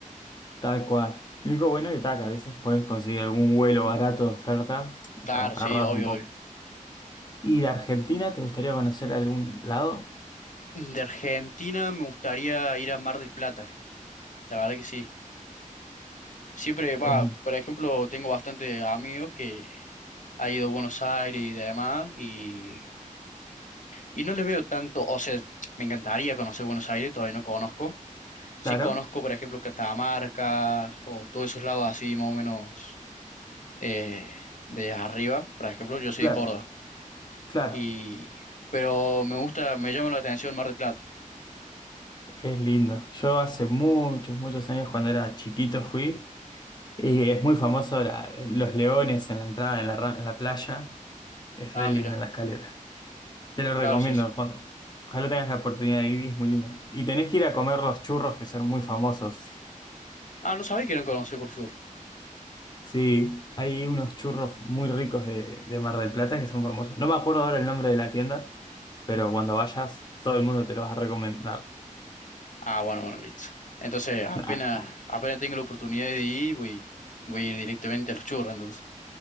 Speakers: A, on the left (about 30°); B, on the left (about 65°).
A: Tal cual. Lo único bueno que tal, que a veces puedes conseguir algún vuelo barato de oferta,
B: Claro,
A: agarras
B: sí, obvio,
A: un poco.
B: obvio.
A: ¿Y de Argentina te gustaría conocer algún lado?
B: De Argentina me gustaría ir a Mar del Plata, la verdad que sí. Siempre va,
A: Es
B: por ejemplo, tengo bastante amigos que han ido a Buenos Aires y demás, y, y no les veo tanto, o sea, me encantaría conocer Buenos Aires, todavía no conozco. Sí
A: claro,
B: conozco, por ejemplo, Catamarca o todos esos lados así, más o menos eh, de arriba, por ejemplo, yo soy
A: claro,
B: de Córdoba,
A: claro.
B: y, pero me gusta, me llama la atención Mar del Plata.
A: Es lindo. Yo hace muchos, muchos años cuando era chiquito fui y es muy famoso la- los leones en la entrada, en la, ra- en la playa. Es
B: Ah,
A: re linda
B: mira,
A: la escalera. Te lo recomiendo
B: claro, sí, sí.
A: cuando. Ojalá tengas la oportunidad de ir, es muy lindo. Y tenés que ir a comer los churros que son muy famosos.
B: Ah, no sabía que eran conocidos por sur.
A: Sí, hay unos churros muy ricos de, de Mar del Plata que son famosos. No me acuerdo ahora el nombre de la tienda, pero cuando vayas, todo el mundo te lo va a recomendar.
B: Ah, bueno, bueno, listo. Entonces, apenas,
A: Ah,
B: apenas tengo la oportunidad de ir, voy, voy a ir directamente a los churros, entonces.